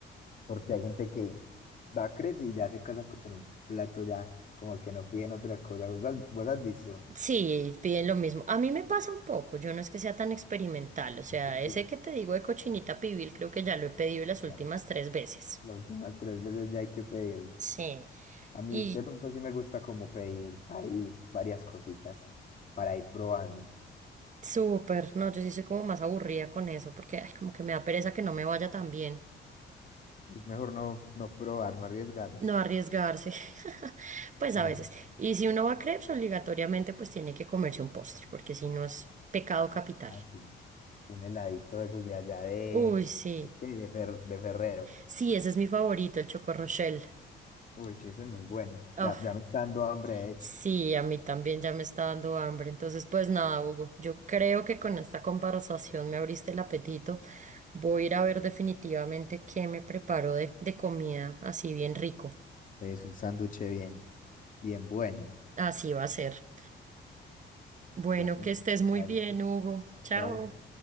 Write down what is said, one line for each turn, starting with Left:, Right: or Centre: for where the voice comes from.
Left: Porque hay gente que va crepes y ya se casan con un plato ya, como que no piden otra cosa. ¿Vos, has vos has visto?
Right: Sí, piden lo mismo. A mí me pasa un poco, yo no es que sea tan experimental, o sea,
Left: <laughs>
Right: ese que te
Left: Sí,
Right: digo de cochinita pibil creo que ya lo he pedido las últimas
Left: Ya,
Right: tres veces.
Left: las últimas tres veces ya hay que pedirlo.
Right: Sí,
Left: A mí
Right: y
Left: de pronto sí me gusta como pedir ahí varias cositas para ir probando.
Right: súper, no, yo sí soy como más aburrida con eso, porque ay, como que me da pereza que no me vaya tan bien,
Left: Es mejor no, no probar, no arriesgarse.
Right: no arriesgarse, <laughs> pues
Left: Ah,
Right: a veces. Y si uno va a crepes, obligatoriamente pues tiene que comerse un postre, porque si no es pecado capital.
Left: ah, sí, Un heladito de esos de allá de,
Right: Uy, sí,
Left: de, qué, de Fer- de Ferrero.
Right: sí, ese es mi favorito, el Choco Rochelle.
Left: Uy, sí, ese es muy bueno. Ya,
Right: Uf.
Left: ya me está dando hambre, de hecho.
Right: Sí, a mí también ya me está dando hambre. Entonces, pues nada, Hugo, yo creo que con esta conversación me abriste el apetito. Voy a ir a ver definitivamente qué me preparo de, de comida así bien rico.
Left: Es un sándwich bien, bien bueno.
Right: Así va a ser. Bueno,
Left: Bueno,
Right: que estés muy
Left: ahí
Right: bien,
Left: pues.
Right: Hugo. Chao.
Left: Chao.